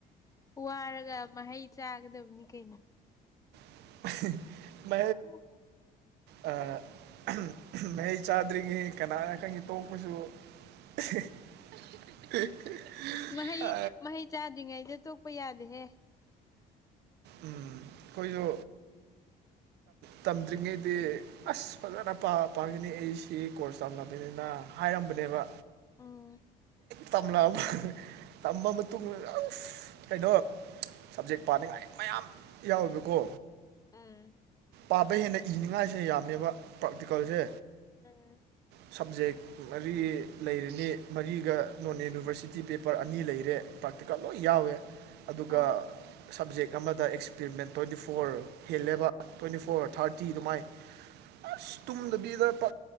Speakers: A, on the left (about 20°); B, on the right (about 80°).
A: ꯋꯥꯔꯒ ꯃꯍꯩ ꯆꯥꯒꯗꯕꯅꯤ ꯀꯩꯅꯩꯅꯣ
B: <inaudible>
A: ꯎꯝ
B: ꯃꯍꯌꯥꯩ ꯆꯥꯗ꯭ꯔꯤꯉꯩ ꯀꯅꯥꯅ ꯈꯪꯉꯤ ꯇꯣꯛꯄꯁꯨ <inaudible>
A: ꯃꯍꯩ
B: ꯑ
A: ꯃꯍꯩ ꯆꯥꯗ꯭ꯔꯤꯉꯩꯗ ꯇꯣꯛꯄ ꯌꯥꯗꯦꯍꯦ
B: ꯎꯝ ꯀꯣꯏꯁꯨ ꯇꯝꯗ꯭ꯔꯤꯉꯩꯗꯤ ꯑꯁ ꯐꯖꯅ ꯄꯥ ꯄꯥꯒꯤꯅꯤ ꯑꯩ ꯁꯤ ꯀꯣꯔꯁ ꯇꯝꯂꯃꯤꯅꯤꯅ ꯍꯥꯏꯔꯝꯕꯅꯦꯕ
A: ꯑꯥ
B: ꯇꯝꯂꯑ ꯇꯝꯕ ꯃꯇꯨꯡꯗ ꯀꯩꯅꯣ ꯁꯞꯖꯦꯛ ꯄꯥꯅꯤꯡꯉꯥꯏ ꯃꯌꯥꯝ ꯌꯥꯎꯋꯦꯕꯀꯣ
A: ꯑꯝ
B: ꯄꯥꯕ ꯍꯦꯟꯅ ꯏꯅꯤꯉꯥꯏꯁꯦ ꯌꯥꯝꯅꯦꯕ ꯄ꯭ꯔꯥꯛꯇꯤꯀꯜꯁꯦ
A: ꯎꯝ
B: ꯁꯕꯖꯦꯛ ꯃꯔꯤ ꯂꯩꯔꯤꯅꯤ ꯃꯔꯤꯒ ꯅꯣꯟ ꯌꯨꯅꯤꯕꯔꯁꯤꯇꯤ ꯄꯦꯄꯔ ꯑꯅꯤ ꯂꯩꯔꯦ ꯄ꯭ꯔꯥꯛꯇꯤꯀꯜ ꯂꯣꯏ ꯌꯥꯎꯋꯦ ꯑꯗꯨꯒ
A: ꯍꯣꯏ
B: ꯁꯕꯖꯦꯛ ꯑꯃꯗ ꯑꯦꯛꯁꯄꯔꯤꯃꯦꯟ ꯇ꯭ꯋꯦꯟꯇꯤ ꯐꯣꯔ ꯍꯦꯜꯂꯦꯕ ꯇ꯭ꯋꯦꯟꯇꯤ ꯐꯣꯔ ꯊꯥꯔꯇꯤ ꯑꯗꯨꯃꯥꯏ ꯑꯁ ꯇꯨꯝꯗꯕꯤꯗ ꯄ